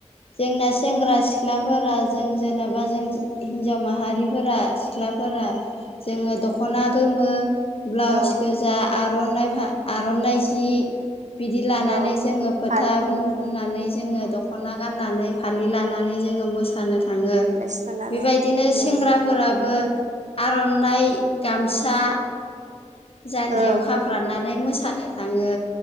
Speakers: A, on the left; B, on the right.
A: जोंना सेंग्रा सिख्लाफोरा जों जेनेबा जों हिन्जाव माहारिफोरा सिख्लाफोरा जोङो दख'ना गोमो ब्लाउस
B: औ
A: गोजा आर'नाइ फा आर'नाइ जि, बिदि लानानै
B: औ
A: जोङो फोथा
B: फालि
A: उनु
B: उम
A: फुननानै जोङो दख' दखना गाननानै फालि लानानै जोङो मोसानो थाङो।
B: देलाय सोनानै
A: बे बायदिनो
B: उम
A: सेंग्रा फोराबो आर'नाइ, गामसा, जान्जियाव
B: ओं
A: खाफ्रानानै मोसानो थाङो।